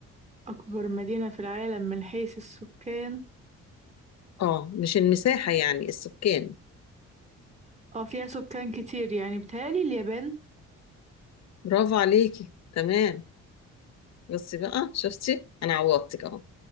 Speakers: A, on the right; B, on the left.
A: أكبر مدينة في العالم من حيث السكان
B: اه مش المساحة يعني السكان
A: اه فيها سكان كتير يعني بتهيألي اليابان
B: برافو عليكي تمام بصي بقى شفتي انا عوضتك اهو